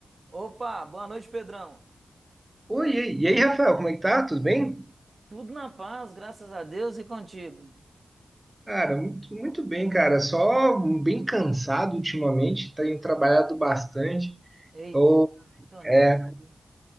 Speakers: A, on the right; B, on the right.
A: Opa, boa noite, Pedrão.
B: Oi, e aí, E aí, Rafael, como é que tá? Tudo bem?
A: Tudo na paz, graças a Deus e contigo.
B: Cara, muito, muito bem, cara. Só bem cansado ultimamente, tenho trabalhado bastante.
A: Eita,
B: Ou,
A: eu também tô nessa,
B: é,
A: viu?